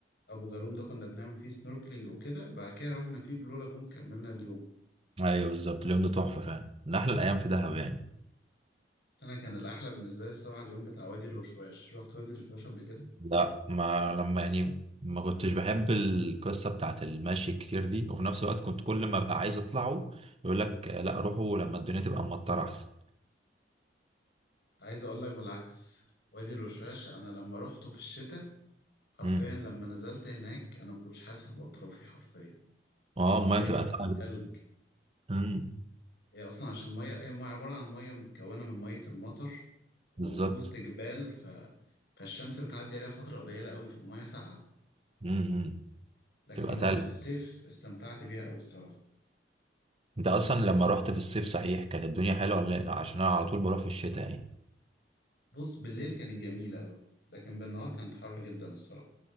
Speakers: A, on the left; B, on the right.
A: أبو جالوم ده كنا بنعمل فيه سنوركلينج وكده بعد كده رحنا فيه بلو لاجون كملنا اليوم
B: ايوه بالظبط اليوم ده تحفة فعلا من احلى الايام في دهب يعني
A: بس أنا كان الأحلى بالنسبة لي الصراحة اليوم بتاع وادي الوشواش رحت وادي الوشواش قبل كده
B: لا ما لما يعني ما كنتش بحب القصة بتاعت المشي الكتير دي وفي نفس الوقت كنت كل ما ابقى عايز اطلعه يقول لك آه، لا روحوا لما الدنيا تبقى مطرة احسن
A: عايز أقول لك بالعكس وادي الوشواش أنا لما روحته في الشتاء حرفيا
B: امم
A: لما نزلت هناك انا ما كنتش حاسس باطرافي حرفيا
B: اه
A: الميه
B: المية تبقى
A: كانت
B: تقل
A: تلج
B: امم
A: هي اصلا عشان ميه هي ميه عباره عن ميه متكونه من ميه المطر وفي
B: بالظبط
A: وسط جبال ف... فالشمس بتعدي عليها فتره قليله قوي فالميه ساقعه
B: امم
A: لكن
B: تبقى
A: لما
B: تقل
A: رحت في الصيف استمتعت بيها قوي الصراحه
B: انت اصلا لما رحت في الصيف صحيح كانت الدنيا حلوة ولا لأ؟ عشان انا على طول بروح في الشتاء يعني
A: بص بالليل كانت جميله قوي لكن بالنهار كانت حر جدا الصراحه